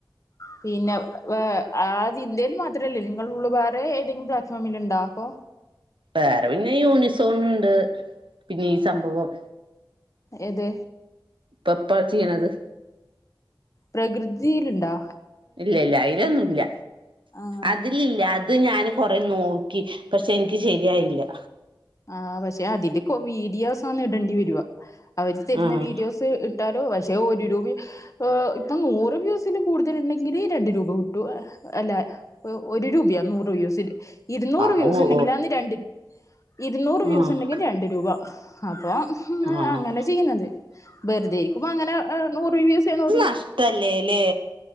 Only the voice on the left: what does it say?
പിന്നെ വെ അ അതിഇന്ത്യയിൽ മാത്രമല്ലേ നിങ്ങള് ഉള്ളു വേറെ ഏതെങ്കിലും പ്ലാറ്റ്ഫോമിൽ ഉണ്ടോ അപ്പോ
ആഹ്
ഏത്
പ്രകൃതീല്ണ്ടാ
ആഹ്
ആഹ് പക്ഷെ അതില്ക്കോ വീഡിയോസാന്ന് ഇടണ്ടിവരുവാ അവര് തരുന്ന
വീഡിയോസ് ഇ ട്ടാലൊ പഷേ ഒരു രൂപയു ഹെ ഇപ്പൊ ഇപ്പം നൂറ് വ്യൂസില് കൂടുതലുണ്ടെങ്കില് രണ്ട് രൂപ കിട്ടു എ ഹ് അല്ല ഒ ഒരു രൂപ്യാ നൂറ് വ്യൂസില് ഇരുന്നൂറ്
വ്യൂസ്ണ്ടെങ്കില് ആന്ന് രണ്ട് ഇരുന്നൂറ് വ്യൂസ്
ണ്ടെങ്കി രണ്ട് രൂപ. അപ്പൊ ഹും അ
അങ്ങനെ ചെയ്യ്ന്നത് വെറ്തെ ഇരിക്കുമ്പോ അങ്ങനെ എ നൂറ് വ്യൂസ് നൂറ്